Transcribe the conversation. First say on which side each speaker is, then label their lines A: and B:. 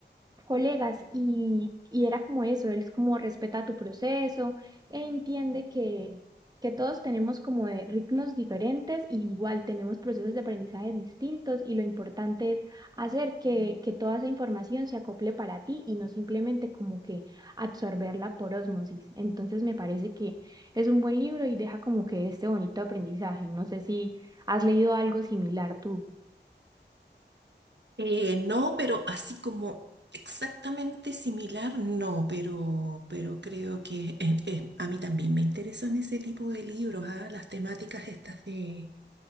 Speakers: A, on the right; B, on the right.
A: colegas y, y era como eso, él es como respeta tu proceso e entiende que, que todos tenemos como de ritmos diferentes y igual tenemos procesos de aprendizaje distintos y lo importante es hacer que, que toda esa información se acople para ti y no simplemente como que absorberla por ósmosis. Entonces me parece que es un buen libro y deja como que este bonito aprendizaje. No sé si has leído algo similar tú.
B: Eh, no, pero así como exactamente similar, no, pero, pero creo que es- es- a mí también me interesan ese tipo de libros, ah, Las temáticas estas de